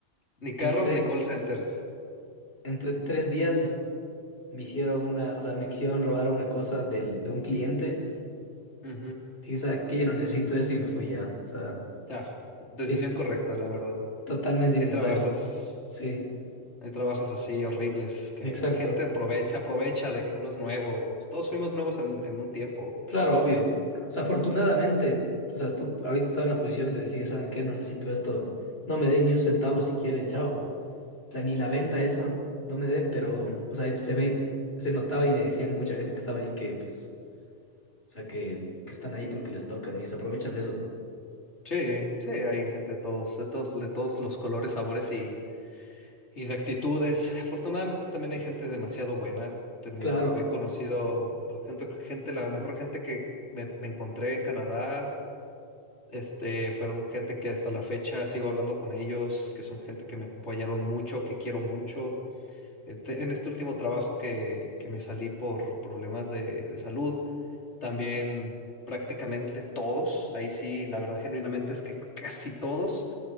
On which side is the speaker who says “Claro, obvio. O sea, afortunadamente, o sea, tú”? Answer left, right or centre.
Left